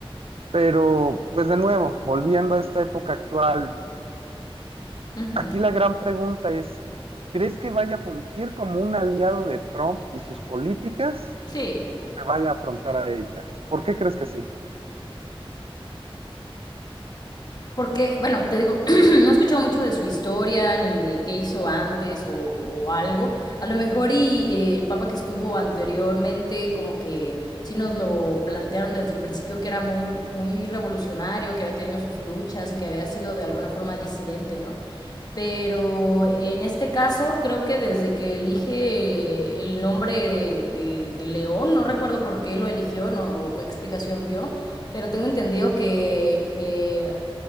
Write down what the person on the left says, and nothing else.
ujú.
Sí.
Porque, bueno, te digo, <clears throat> no he escuchado mucho de su historia ni de qué hizo antes o, o algo. A lo mejor y eh, el papa que estuvo anteriormente, como que sí nos lo plantearon desde el principio que era muy, muy revolucionario, que había tenido sus luchas y que había sido de alguna forma disidente, ¿no? Pero en este caso creo que desde que elige el nombre de, de- de León, no recuerdo por qué lo eligió no, o qué explicación dio, pero tengo entendido que eh,